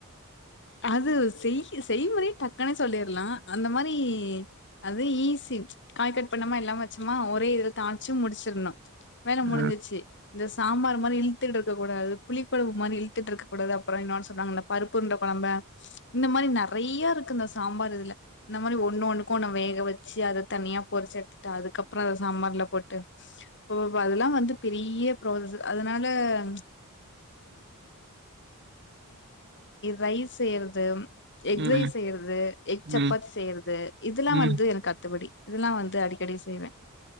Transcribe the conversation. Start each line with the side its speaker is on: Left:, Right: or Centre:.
Left: அது ச செய்முறை டக்கன சொல்லிடலாம் அந்த மாதிரி அது ஈஸி காய் கட் பண்ணமா எல்லாம் வச்சோமா ஒரே இதுல தாளிச்சு முடிச்சிடணும் வேல
Right: அ,
Left: முடிஞ்சச்சு இந்த சாம்பார் மாதிரி இழுத்துட்டு இருக்கக்கடாது புளி குவு மாதி இழுத்துட்டு இருக்க கூடாது அறம் இன்ன சொன்னாங்க இந்த பப்பு ழம்ப இந்த மாதிரி நிறைய இருக்கு இந்த சாம்பார் இதுல இந்த மாதிரி ஒண்ணு ஒண்ணுக்கும் ஒண்ணு வேக வச்சு அத தனியா பொரிச்சு எடுத்துட்டு அதுக்கப்புறம் அத சாம்பார்ல போட்டு அதெல்லாம் வந்து பெரிய ப்ோச அ ரைஸ் செய்றது எக்
Right: ம்,
Left: ய செய்யறது எக் சப்பாத்தி
Right: ம்,
Left: செய்யறது இதெல்லாம்
Right: ம்.
Left: வந்து எனக்கு அத்துபடி இதெல்லாம் வந்து அடிக்கடி செய்வேன்